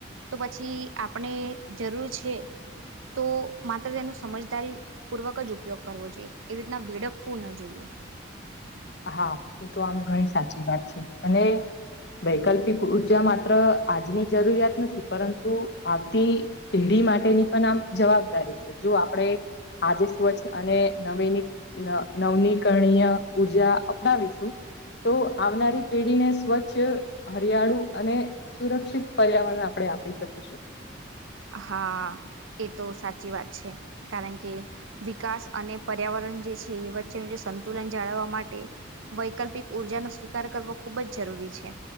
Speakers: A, on the right; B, on the left.
A: તો પછી આપણે જરૂર છે તો માત્ર તેનો સમજદારી પૂર્વક જ ઉપયોગ કરવો જોઈએ એવી રીતના વેડપવું ન જોઈએ
B: હા એ તો આમ ઘણી સાચી વાત છે અને વૈકલ્પિક ઉર્જા માત્ર આજની જરૂરિયાત નથી પરંતુ આવતી પેઢી માટેની પણ આમ જવાબદારી છે જો આપડે આજે સ્વચ્છ અને નવીની નવનીકરણીય ઉર્જા અપનાવીશું તો આવનારી પેઢીને સ્વચ્છ હરિયાળુ અને સુરક્ષિત પર્યાવરણ આપડે આપી શકીશું
A: હા એ તો સાચી વાત છે કારણ કે વિકાસ અને પર્યાવરણ એ છે વચ્ચેનું જે સંતુલન જાળવવા માટે વૈકલ્પિક ઉર્જાનો સ્વીકાર કરવો ખુબ જ જરૂ રૂરી